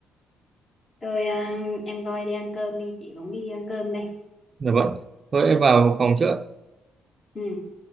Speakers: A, on the left; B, on the right.
A: tôi à, em coi đi ăn cơm đi chị cũng đi ăn cơm đây
B: Dạ vâng. Thôi em vào phòng trước.
A: ừ.